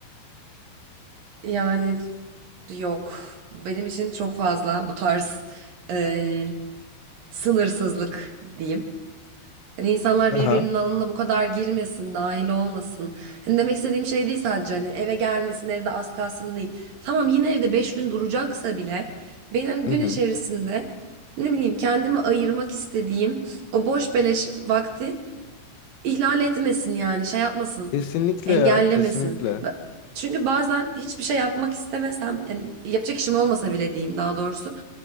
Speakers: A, on the right; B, on the left.
A: Yani yok benim için çok fazla bu tarz eee, sınırsızlık diyeyim. Hani insanlar
B: Aha.
A: birbirinin alanına bu kadar girmesin, dahil olmasın. Hani demek istediğim şey değil sadece hani eve gelmesin, evde az kalsın değil. Tamam yine evde 5 gün duracaksa bile benim
B: Hı
A: gün
B: hı.
A: içerisinde ne bileyim kendimi ayırmak istediğim o boş beleş vakti ihlal etmesin yani şey yapmasın,
B: Kesinlikle
A: engellemesin.
B: ya, kesinlikle.
A: Ve- Çünkü bazen hiçbir şey yapmak istemesem yani yapacak işim olmasa bile diyeyim daha doğrusu